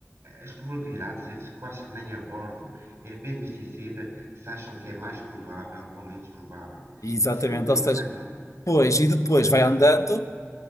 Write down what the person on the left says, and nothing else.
Exatamente,
ou seja, pois, e depois
vai andando.